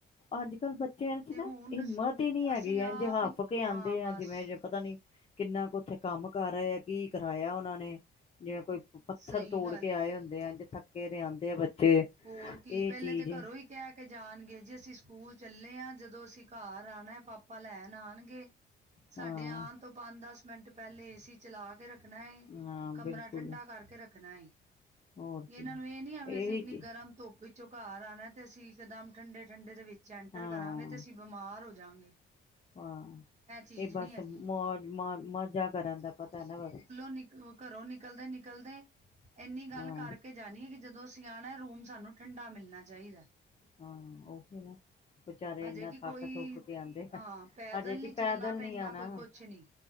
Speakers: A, on the left; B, on the right.
A: ਅੱਜ ਕੱਲ੍ਹ ਬੱਚਿਆਂ ਚ
B: ਤੇ
A: ਨਾ
B: ਹੁਣ
A: ਹਿੰਮਤ ਤ ਹੀ ਨੀ ਹੈਗੀ
B: ਅਸੀਂ ਆਪ
A: ਇੰਝ ਹੱਫ
B: ਹੀ
A: ਕੇ ਆਂਦੇ
B: ਹਾਂ ਬਸ।
A: ਆ ਜਿਵੇਂ ਪਤਾ ਨੀ ਕਿੰਨਾ ਕ ਉੱਥੇ ਕੰਮ ਕਰ ਆਏ ਆ ਕੀ ਕਰਾਇਆ ਉਹਨਾਂ ਨੇ ਜਿਵੇਂ ਕੋਈ ਪੱਥਰ
B: ਸਹੀ
A: ਤੋੜ
B: ਗੱਲ
A: ਕੇ ਆਏ
B: ਏ।
A: ਹੁੰਦੇ ਆ ਇੰਝ ਥੱਕੇ ਦੇ ਆਦੇ ਆ ਬੱਚੇ
B: ਹੋਰ ਕੀ
A: ਇਹ
B: ਪਹਿਲੇ
A: ਚੀਜ਼
B: ਤੇ ਘਰੋਂ
A: ਐ
B: ਹੀ ਕਹਿ ਕੇ ਜਾਣਗੇ ਜੀ ਅਸੀਂ ਸਕੂਲ ਚੱਲੇ ਆ ਜਦੋਂ ਅਸੀਂ ਘਰ ਆਣਾ ਪਾਪਾ ਲੈਣ ਆਣਗੇ ਸਾਡੇ
A: ਹਾਂ
B: ਆਣ ਤੋਂ ਪੰਜ ਦਸ ਮਿੰਟ ਪਹਿਲੇ ਏ ਸੀ ਚਲਾ ਕੇ ਰੱਖਣਾ ਏ
A: ਹਾਂ
B: ਕਮਰਾ
A: ਬਿਲਕੁਲ
B: ਠੰਡਾ ਕਰਕੇ ਰੱਖਣਾ ਏ
A: ਹੋਰ ਕੀ
B: ਇਹਨਾਂ ਨੂੰ ਇਹ ਨੀ ਆ ਵੀ
A: ਇਹੀ
B: ਅਸੀਂ ਇੰਨੀ
A: ਚੀ
B: ਗਰਮ ਧੁੱਪ ਵਿੱਚੋਂ ਘਰ ਆਣਾ ਤੇ ਅਸੀਂ ਇਕਦਮ ਠੰਡੇ- ਠੰਡੇ ਦੇ ਵਿੱਚ ਐਂਟਰ
A: ਹਾਂ
B: ਕਰਾਂਗੇ ਤੇ ਅਸੀਂ ਬਿਮਾਰ ਹੋ ਜਾਂਗੇ
A: ਹਾਂ
B: ਚੀਜ਼
A: ਇਹ ਬਸ
B: ਨਹੀਂ ਹੈਗੀ।
A: ਮੋਜ ਮ ਮੋਜ਼ਾ ਕਰਨ ਦਾ ਪਤਾ ਨਾ ਬਸ
B: ਨਿਕਲੋ ਘਰੋਂ ਨਿਕਲਦੇ ਨਿਕਲਦੇ ਇੰਨੀ ਗੱਲ
A: ਹਾਂ
B: ਕਰਕੇ ਜਾਣੀ ਐ ਕਿ ਜਦੋਂ ਅਸੀਂ ਆਣਾ ਰੂਮ ਸਾਨੂੰ ਠੰਡਾ ਮਿਲਣਾ ਚਾਹੀਦੇ
A: ਹਾਂ ਉਹੀ ਨਾ ਵਿਚਾਰੇ
B: ਹਜੇ
A: ਇਨਾ
B: ਕਿ ਕੋਈ
A: ਥੱਕ ਥੁੱਕ ਕੇ ਆਂਦੇ
B: ਹਾਂ
A: ਆ
B: ਪੈਦਲ
A: ਹਜੇ ਕਿ
B: ਨਹੀਂ ਚੱਲਣਾ
A: ਪੈਦਲ
B: ਪੈਂਦਾ
A: ਨੀ ਆਣਾ
B: ਕੋਈ
A: ਹੂੰ
B: ਕੁਛ ਨਹੀਂ